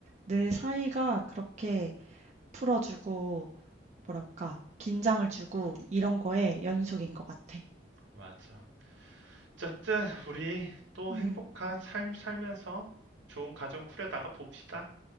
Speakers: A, on the right (about 35°); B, on the right (about 75°).
A: 늘
B: 음,
A: 사이가 그렇게 풀어주고, 뭐랄까, 긴장을 주고, 이런 거에 연속인 것 같아.
B: 맞아. 어쨌든 우리 또
A: 음,
B: 행복한 삶 살면서 좋은 가정 꾸려나가 봅시다.